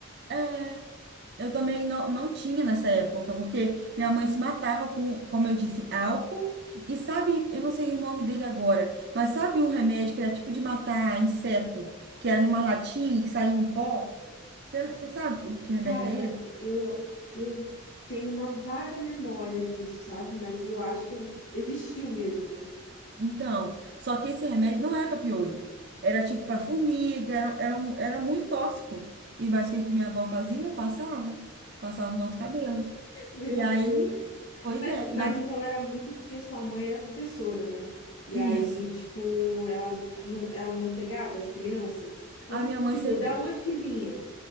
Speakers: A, on the right; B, on the left.
A: É. Eu também não, não tinha nessa época, porque minha mãe se matava com, como eu disse, álcool. E sabe, eu não sei o nome dele agora, mas sabe um remédio que era tipo de matar inseto, que era numa latinha e que saía um pó? Você sabe o que remédio
B: Cara,
A: é esse?
B: eu eu tenho uma vaga memória disso, sabe? Mas eu acho que eu- existiu mesmo, né?
A: Então, só que esse remédio não é para piolho. Era tipo para formiga, era, era, um- era muito tóxico. E mas o que que minha avó fazia? Passava. Passava no nosso cabelo.
B: Meu
A: E aí,
B: Deus.
A: pois
B: Mas,
A: é,
B: mas
A: na-
B: então era muito porque sua mãe era professora, né? E
A: isso.
B: aí, tipo, ela não, ela não pegava das crianças? Como,
A: A minha mãe
B: tipo,
A: sempre.
B: da onde que vinha?